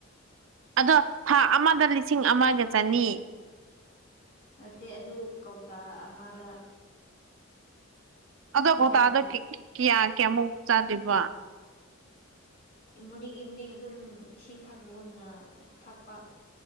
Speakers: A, on the right; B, on the left.
A: ꯑꯗꯣ ꯊꯥ ꯑꯃꯗ ꯂꯤꯁꯤꯡ ꯑꯃꯒ ꯆꯅꯤ
B: ꯅꯠꯇꯦ ꯑꯗꯨ ꯀꯧꯇꯥ ꯑꯃꯗ
A: ꯑꯗꯣ
B: ꯍꯤꯗꯥꯛꯀꯤ
A: ꯀ ꯇ ꯑꯗ ꯀꯌꯥ ꯀꯌꯥꯃꯨꯛ ꯆꯥꯗꯕ
B: ꯃꯣꯔꯅꯤꯡ ꯏꯚꯤꯅꯤꯡ ꯑꯗꯨꯝ ꯏꯁꯤꯡ ꯊꯛꯄꯒꯨꯝꯅ ꯊꯛꯄ